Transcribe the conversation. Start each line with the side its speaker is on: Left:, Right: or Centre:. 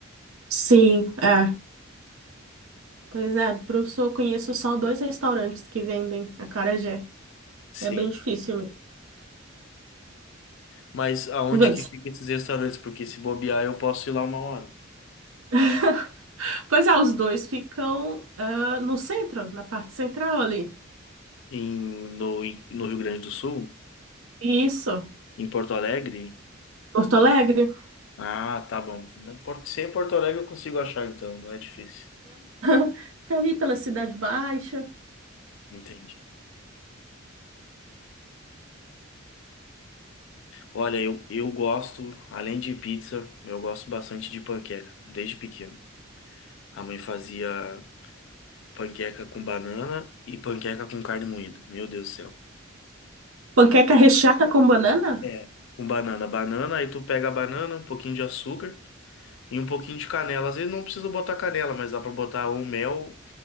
Right: Sim, é. Pois é, professor, eu conheço só dois restaurantes que vendem acarajé.
Left: Sim.
Right: É bem difícil mesmo.
Left: Mas aonde
Right: Mas-
Left: que fica esses restaurantes? Porque se bobear, eu posso ir lá uma hora.
Right: <laughs> Pois é, os dois ficam ah, no centro, na parte central ali.
Left: Em, no, em- no Rio Grande do Sul?
Right: Isso,
Left: Em Porto Alegre?
Right: Porto Alegre.
Left: Ah, tá bom. Na Porto- Se é em Porto Alegre, eu consigo achar, então, não é difícil.
Right: <laughs> Fica ali pela Cidade Baixa.
Left: Entendi. Olha, eu, eu gosto, além de pizza, eu gosto bastante de panqueca, desde pequeno. A mãe fazia panqueca com banana e panqueca com carne moída. Meu Deus do céu.
Right: Panqueca recheada com banana?
Left: É, com banana. Banana, aí tu pega a banana, um pouquinho de açúcar e um pouquinho de canela. Às vezes não precisa botar canela, mas dá pra botar um mel,